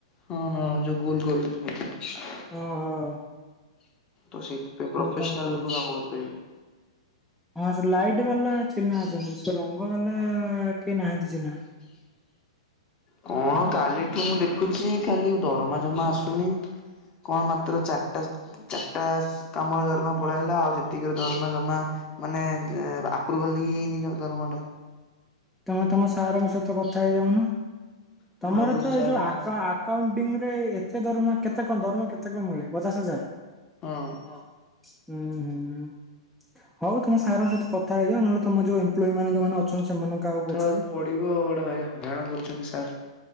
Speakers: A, on the left; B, in the centre.
A: ହଁ ହଁ, ଯୋଉ ଗୋଲ ଗୋଲ ହେଇଥାଏ।
B: ଓହୋଃ।
A: ତ ସେଇଥିପାଇଁ ପ୍ରଫେସନାଲ
B: ତାଙ୍କୁ କହୁଛି
A: ଲୋକ କାମ କରି ପାରିବେ।
B: ହଁ, ସେ ଲାଇଟ ବାଲା ଚିହ୍ନା ଅଛନ୍ତି, ସେ ରଙ୍ଗ ବାଲା କେହି ନାହାନ୍ତି ଚିହ୍ନା।
A: କଣ କାଲିଠୁ ମୁଁ ଦେଖୁଛି, ଖାଲି ଦରମା ଜମା ଆସୁନି। କଣ ମାତ୍ର ଚାରିଟା, ଚାରିଟା କାମରେ ଦରମା ପଳେଇ ଆଇଲା, ଆଉ ଯେତିକି ର ଦରମା ଜମା ମାନେ ଆପ୍ରୁଭାଲ୍ ହି ହେଇନି ଦରମା ଟା।
B: ତମେ ତମ ସାରଙ୍କ ସହିତ କଥା ହେଇଯାଉନ,
A: ମୁଁ
B: ତମର
A: ଭାବୁଛି
B: ତ ଏଇ
A: ସାର୍
B: ଯୋଉ
A: ଙ୍କୁ
B: ଆକାଉଣ୍ଟ୍ ଆକାଉଣ୍ଟିଙ୍ଗ୍ ରେ ଏତେ ଦରମା କେତେ କଣ ଦରମା କେତେ କଣ ମିଳେ? ପଚାଶ ହଜାର?
A: ହଁ।
B: ହଁ। ହୁଁ ହୁଁ। ହଉ ତମ ସାର୍ ଙ୍କ ସହିତ କଥା ହେଇଯାଅ, ନହେଲେ ତମ ଯୋଉ ଏମ୍ପ୍ଲଏ ମାନେ ଯୋଉମାନେ ଅଛନ୍ତି ସେମାନଙ୍କୁ କାହାକୁ
A: କଥା
B: ପଚାର।
A: ହେବାକୁ ପଡ଼ିବ ଆଉ, ଗୋଟେ ଭାରି ହଇରାଣ କରୁଛନ୍ତି ସାର୍।